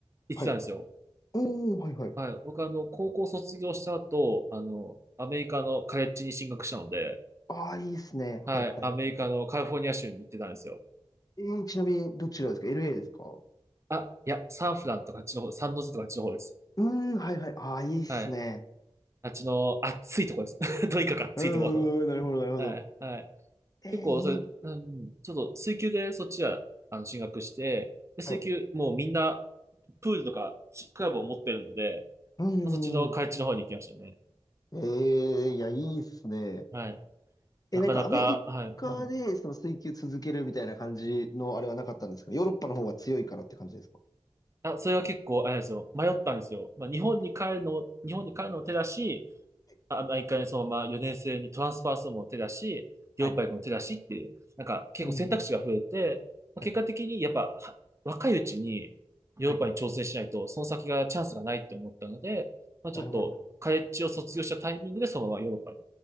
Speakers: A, on the right (about 25°); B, on the left (about 35°).
A: 行ってたんですよ。
B: はい。おー、はいはい。
A: はい。僕、あの、高校卒業した後、あの、アメリカのカレッジに進学したので、
B: ああ、いいですね。
A: はい。
B: はいはいはい。
A: アメリカのカリフォルニア州に行ってたんですよ。
B: えー、ちなみに、どちらですか ?LA ですかう
A: あ、いや、サンフランとかあっちの方、サンノゼとかあっちの方です。
B: ーん、はいはい。ああ、いいっすね。
A: はい。あっちの暑いとこです。<laughs> とにかく暑いとこ。
B: うーん、なるほど、
A: <laughs>
B: なるほど。
A: はい。はい。
B: えー、
A: 結構、
B: いい。
A: それ、うん、ちょっと、水球でそっちは、あの、進学して、で水球、
B: はい。
A: もうみんな、プールとか、クラブを持ってるので、
B: うーん。
A: まあそっちの海地の方に行きましたね。
B: えー、いや、いいっすね。
A: はい。
B: え、
A: なかなか、
B: なんかアメリカで、
A: はい。うん。
B: その水球続けるみたいな感じのあれはなかったんですかねヨーロッパの方が強いからって感じですか
A: あ、それは結構、あれなんですよ。迷ったんですよ。まあ、日本に帰るの、
B: は
A: 日本に帰るのも手だし、
B: い。
A: あアメリカにそのまま4年生にトランスファーするのも手だし、ヨーロッパ行くのも手だしっていう、
B: はい。
A: なんか結構選択肢が増えて、
B: うん、
A: まあ結果的にやっぱは若いうちにヨーロッパに挑戦しないと、
B: はい。はい。
A: その先がチャンスがないって思ったので、まあ、ちょっとカレッジを卒業したタイミングでそのままヨーロッパに
B: なるほど。